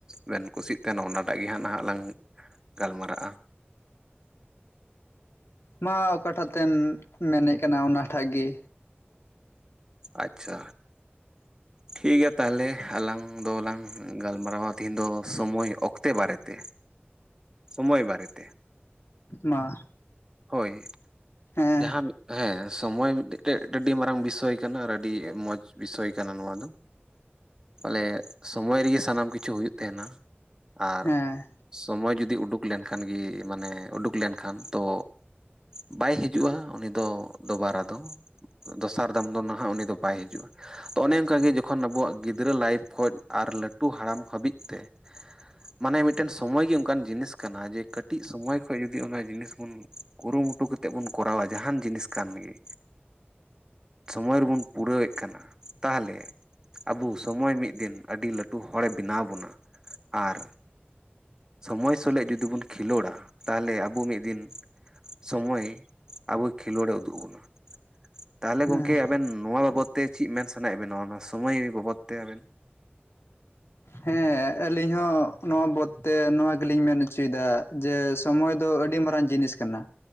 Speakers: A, on the right; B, on the left.
A: ᱵᱮᱱ ᱠᱩᱥᱤᱜ ᱛᱟᱦᱮᱱᱟ ᱚᱱᱟᱴᱟᱜ ᱜᱮ ᱦᱟᱸᱜ ᱱᱟᱦᱟᱜ ᱞᱟᱝ ᱜᱟᱞᱢᱟᱨᱟᱜ-ᱟ
B: ᱢᱟ ᱚᱠᱟᱴᱟᱜ ᱛᱮᱢ ᱢᱮᱱᱮᱫ ᱠᱟᱱᱟ ᱚᱱᱟᱴᱷᱟᱜ ᱜᱤ
A: ᱟᱪᱪᱷᱟ ᱴᱷᱤᱠ ᱜᱮᱭᱟ ᱛᱟᱦᱚᱞᱮ ᱟᱞᱟᱝ ᱫᱚᱞᱟᱝ ᱜᱟᱞᱢᱟᱨᱟᱣᱟ ᱛᱮᱦᱮᱧ ᱫᱚ ᱥᱚᱢᱚᱭ ᱚᱠᱛᱮ ᱵᱟᱨᱮ ᱛᱮ ᱥᱚᱢᱚᱭ ᱵᱟᱨᱮ ᱛᱮ
B: ᱢᱟ
A: ᱦᱳᱭ
B: ᱦᱮᱸ
A: ᱡᱟᱦᱟᱸ ᱦᱮᱸ ᱥᱚᱢᱚᱭ ᱢᱤᱫᱴᱮᱡ ᱢᱤᱫ ᱟᱹᱰᱤ ᱢᱟᱨᱟᱝ ᱵᱤᱥᱚᱭ ᱠᱟᱱᱟ ᱟᱨ ᱟᱹᱰᱤ ᱢᱚᱡᱽ ᱵᱤᱥᱚᱭ ᱠᱟᱱᱟ ᱱᱚᱣᱟ ᱫᱚ ᱵᱚᱞᱮ ᱥᱚᱢᱚᱭ ᱨᱮᱜᱮ ᱥᱟᱱᱟᱢ ᱠᱤᱪᱷᱩ ᱦᱩᱭᱩᱜ ᱛᱟᱦᱮᱱᱟ ᱟᱨ
B: ᱦᱮᱸ
A: ᱥᱚᱢᱚᱭ ᱡᱩᱫᱤ ᱩᱰᱩᱠ ᱞᱮᱱᱠᱷᱟᱱ ᱜᱮ ᱢᱟᱱᱮ ᱩᱰᱩᱠ ᱞᱮᱱᱠᱷᱟᱱ ᱛᱚ ᱵᱟᱭ ᱦᱤᱡᱩᱜᱼᱟ ᱩᱱᱤ ᱫᱚ ᱫᱚᱵᱟᱨᱟ ᱫᱚ ᱫᱚᱥᱟᱨ ᱫᱚᱢ ᱫᱚ ᱱᱟᱦᱟᱜ ᱩᱱᱤ ᱫᱚ ᱵᱟᱭ ᱦᱤᱡᱩᱜᱼᱟ ᱛᱚ ᱚᱱᱮ ᱚᱱᱠᱟᱜᱮ ᱡᱚᱠᱷᱚᱱ ᱟᱵᱚᱣᱟᱜ ᱜᱤᱫᱽᱨᱟᱹ ᱞᱟᱭᱤᱯᱷ ᱠᱷᱚᱡ ᱟᱨ ᱞᱟᱹᱴᱩ ᱦᱟᱲᱟᱢ ᱦᱟᱹᱵᱤᱡ ᱛᱮ ᱢᱟᱱᱮ ᱢᱤᱫᱴᱮᱱ ᱥᱚᱢᱚᱭ ᱜᱮ ᱚᱱᱠᱟᱱ ᱡᱤᱱᱤᱥ ᱠᱟᱱᱟ ᱡᱮ ᱠᱟᱹᱴᱤᱡ ᱥᱚᱢᱚᱭ ᱠᱷᱚᱡ ᱡᱚᱫᱤ ᱚᱱᱟ ᱡᱤᱱᱤᱥ ᱵᱩᱱ ᱠᱩᱨᱩᱢᱩᱴᱩ ᱠᱟᱛᱮᱜ ᱵᱚᱱ ᱠᱚᱨᱟᱣᱟ ᱡᱟᱦᱟᱱ ᱡᱤᱱᱤᱥ ᱠᱟᱱ ᱜᱮ ᱥᱚᱢᱚᱭ ᱨᱮᱵᱚᱱ ᱯᱩᱨᱟᱹᱣ ᱮᱫ ᱠᱟᱱᱟ ᱛᱟᱦᱚᱞᱮ ᱟᱵᱚ ᱥᱚᱢᱚᱭ ᱢᱤᱫ ᱫᱤᱱ ᱟᱹᱰᱤ ᱞᱟᱹᱴᱩ ᱦᱚᱲᱮ ᱵᱮᱱᱟᱣ ᱵᱚᱱᱟ ᱟᱨ ᱥᱚᱢᱚᱭ ᱥᱚᱞᱮᱜ ᱡᱩᱫᱤ ᱵᱚᱱ ᱠᱷᱮᱞᱳᱰᱟ ᱛᱟᱦᱚᱞᱮ ᱟᱵᱚ ᱢᱤᱫ ᱫᱤᱱ ᱥᱚᱢᱚᱭ ᱟᱵᱚ ᱠᱷᱮᱞᱳᱰ ᱮ ᱩᱫᱩᱜ ᱟᱵᱚᱱᱟ ᱛᱟᱦᱚᱞᱮ ᱜᱚᱝᱠᱮ
B: ᱦᱮᱸ
A: ᱟᱵᱮᱱ ᱱᱚᱣᱟ ᱵᱟᱵᱚᱫ ᱛᱮ ᱪᱤᱜ ᱢᱮᱱ ᱥᱟᱱᱟᱭᱮᱜ ᱵᱮᱱᱟ ᱱᱚᱣᱟ ᱱᱚᱣᱟ ᱥᱚᱢᱚᱭ ᱵᱟᱵᱚᱫ ᱛᱮ ᱟᱵᱮᱱ
B: ᱦᱮᱸ ᱟᱹᱞᱤᱧ ᱦᱚᱸ ᱱᱚᱣᱟ ᱵᱚᱫ ᱛᱮ ᱱᱚᱣᱟ ᱜᱮᱞᱤᱧ ᱢᱮᱱ ᱚᱪᱚᱭᱮᱫᱟ ᱡᱮ ᱥᱚᱢᱚᱭ ᱫᱚ ᱟᱹᱰᱤ ᱢᱟᱨᱟᱝ ᱡᱤᱱᱤᱥ ᱠᱟᱱᱟ